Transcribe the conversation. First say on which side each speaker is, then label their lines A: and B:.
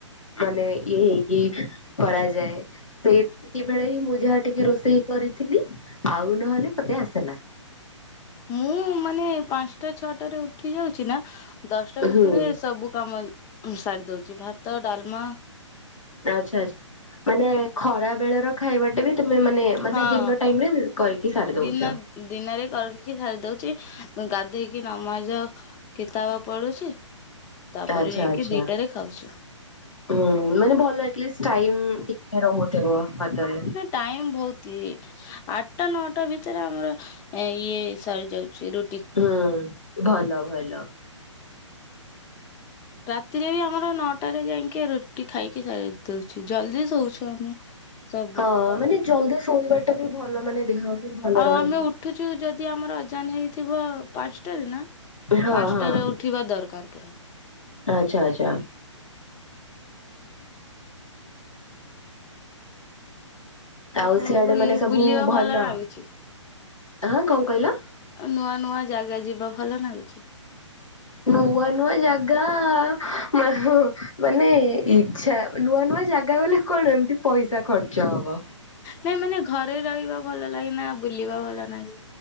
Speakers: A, on the left; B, on the left.
A: ମାନେ ଇଏ ହେଇକି କରାଯାଏ। ସେଇତିକି ବେଳେ ହିଁ ମୁଁ ଯାହା ଟିକେ ରୋଷେଇ କରିଥିଲି ଆଉ ନହେଲେ ମତେ ଆସେନା।
B: ମୁଁ ମାନେ ପାଞ୍ଚଟା ଛଅଟାରେ ଉଠି ଯାଉଚି ନା ଦଶଟା ଭିତରେ
A: ହୁଁ
B: ସବୁ କାମ ସାରି ଦଉଛି ଭାତ, ଡାଲ୍ମା
A: ଆଚ୍ଛା ଆଚ୍ଛା ମାନେ ଖରା ବେଳର ଖାଇବାଟା ବି ତମେ ମାନେ ମାନେ
B: ହଁ
A: ଦିପର୍ ଟାଇମ୍ ରେ କରିକି ସାରି ଦଉଛ।
B: ଦିନ ଦିନରେ କରିକି ଖାଇ ଦଉଛି ଗାଧେଇକି ନମା ଏଇଯଉ କିତାବ ପଢ଼ୁଚି ତାପରେ
A: ଆଚ୍ଛା
B: ଯାଇକି
A: ଆଚ୍ଛା
B: ଦିଟାରେ ଖାଉଛୁ।
A: ହୁଁ ମାନେ ଭଲ ଆଟ୍ ଲିଷ୍ଟ୍ ଟାଇମ୍ ରହୁଥିବ ହାତରେ।
B: ଟାଇମ୍ ବହୁତି ଇଏ ଆଟା ନଅଟା ଭିତରେ ଆମର ଇଏ ସରି ଯାଉଛି ରୁ
A: ହୁଁ ଭଲ ଭଲ।
B: ରାତିରେ ବି ଆମର ନଅଟାରେ ଯାଇକି ରୁଟି ଖାଇକି ସାରି ଦଉଛି ଜଲ୍ଦି ଶୋଉଚୁ ଆମେ। ସବୁ
A: ହଁ ମାନେ ଜଲ୍ଦି ଶୋଇବା ଟା ବି ଭଲ ମାନେ ଦେହ ବି ଭଲ
B: ଆଉ
A: ରହିବ।
B: ଆମେ ଉଠୁଚୁ ଯଦି ଆମର ଅଜାନ୍ ହେଇଥିବ ପାଞ୍ଚଟାରେ ନା
A: ହଁ
B: ପାଞ୍ଚଟାରେ
A: ହଁ
B: ଉଠିବା ଦରକାର ପୁରା।
A: ଆଚ୍ଛା, ଆଚ୍ଛା। ଆଉ
B: ଆପଣଙ୍କୁ
A: ସିଆଡେ ମାନେ
B: ଇଏ
A: ସବୁ
B: ବୁଲିବା
A: ଭଲ?
B: ଲାଗୁଛି।
A: ହଁ କଣ କହିଲ?
B: ଅ, ନୂଆ ନୂଆ ଜାଗା ଯିବାକୁ ଭଲ ନାଗୁଛି?
A: ନୂଆ ନୂଆ ଜାଗା ମା- ହଁ ମାନେ ଏ ଇ ଛା ଓ ନୂଆ ନୂଆ ଜାଗା ଗଲେ କଣ ଏମିତି ପଇସା ଖର୍ଚ୍ଚ ହବ।
B: ନାଇଁ ମାନେ ଘରେ ରହିବା ଭଲ ଲାଗେ ନା ବୁଲିବା ଭଲ ନାଗେ?